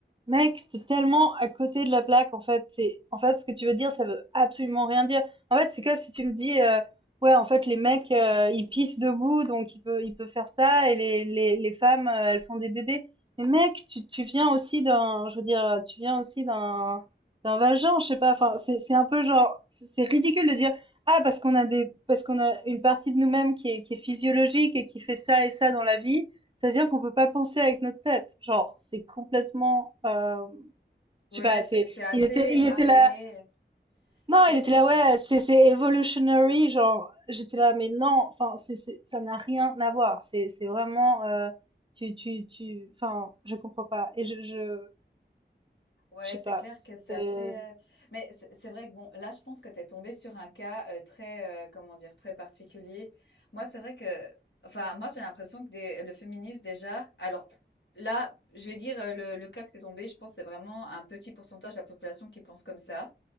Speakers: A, on the right (about 25°); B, on the left (about 70°).
A: mec, t'es tellement à côté de la plaque. En fait, c'est, en fait, ce que tu veux dire, ça veut absolument rien dire. En fait, c'est comme si tu me dis, euh, ouais, en fait, les mecs, euh, ils pissent debout, donc ils peuvent, ils peuvent faire ça. Et les, les, les femmes, euh, elles font des bébés. Mais mec, tu, tu viens aussi d'un, je veux dire, tu viens aussi d'un, c'est un vagin, je sais pas. Enfin, c'est c'est un peu genre, c'est c'est ridicule de dire ah parce qu'on a des, parce qu'on a une partie de nous-mêmes qui est qui est physiologique et qui fait ça et ça dans la vie, c'est à dire qu'on peut pas penser avec notre tête. Genre, c'est complètement, euh, je
B: Ouais,
A: sais pas. C'est,
B: c'est c'est assez
A: il était, il
B: arriéré.
A: était là. Non,
B: C'est,
A: il était là. Ouais, c'est c'est evolutionary. Genre, j'étais là, mais non. Enfin, c'est c'est- ça n'a rien à voir. C'est c'est vraiment, euh, tu tu tu. Enfin, je comprends pas. Et je je,
B: Ouais,
A: je sais
B: c'est
A: pas.
B: clair
A: C'était
B: que c'est assez. euh, Mais c'est c'est vrai que bon, là, je pense que t'es tombé sur un cas euh, très, euh, comment dire, très particulier. Moi, c'est vrai que, enfin, moi, j'ai l'impression que des- le féminisme déjà. Alors là, je vais dire euh, le, le cas que t'es tombé. Je pense que c'est vraiment un petit pourcentage de la population qui pense comme ça.